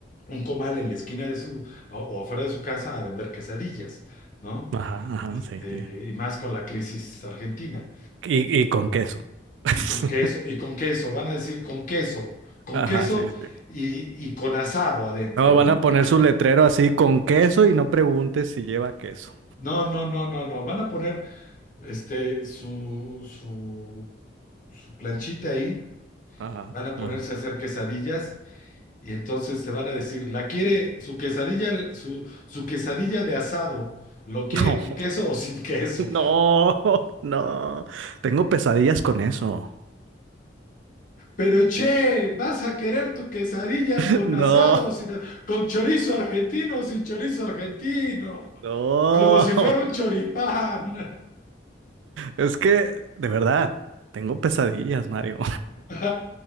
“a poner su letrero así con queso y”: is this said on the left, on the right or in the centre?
Right